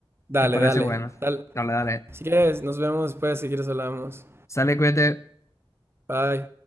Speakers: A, on the right (about 25°); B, on the left (about 30°).
A: Dale,
B: Me parece
A: dale,
B: bueno.
A: dale.
B: Dale, dale.
A: Si quieres, nos vemos después si quieres hablamos.
B: Sale, cuídate.
A: Bye.